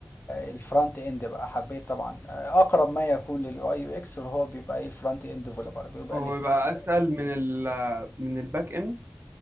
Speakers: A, on the left (about 45°); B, on the right (about 50°).
A: الفرونت اند بقى حبيت طبعا اقرب ما يكون لليو اي يو اكس اللي هو بيبقى ايه الفرونت اند ديفلوبر بيبقى
B: هو
A: الاتنين
B: يبقى
A: كده
B: اسهل من ال من الباك اند